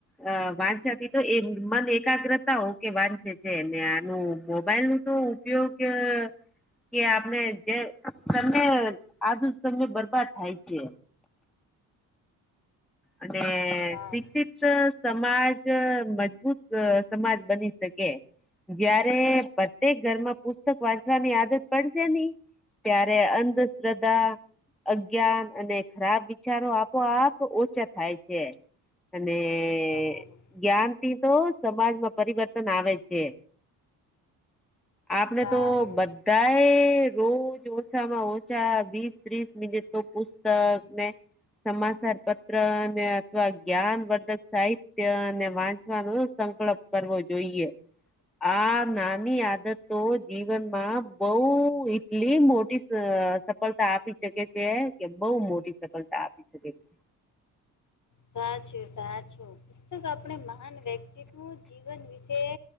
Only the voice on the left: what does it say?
સારું
સારું
સારું
સાચું સાચું પુસ્તક આપણે મહાન વ્યક્તિ નું જીવન વિશેએ.